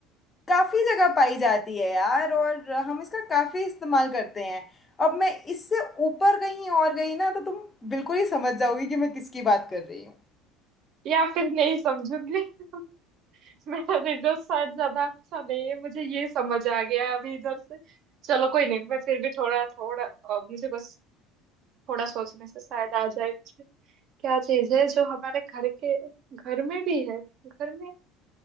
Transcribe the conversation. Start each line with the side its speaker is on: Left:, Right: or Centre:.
Left: काफी जगह पाई जाती है यार और हम इसका काफी इस्तेमाल करते हैं अब मैं इससे ऊपर कहीं और गई ना तो तुम बिल्कुल ही समझ जाओगी कि मैं किसकी बात कर रही हूँ
Right: या फिर नहीं समझूंगी <laughs> मेरा विंडोज शायद ज्यादा अच्छा नहीं है मुझे ये समझ आ गया है अभी इधर से चलो कोई नहीं मैं फिर भी थोड़ा थोड़ा अ, मुझे बस थोड़ा सोचने से शायद आ जाए मुझे क्या चीज है जो हमारे घर के घर में भी है घर में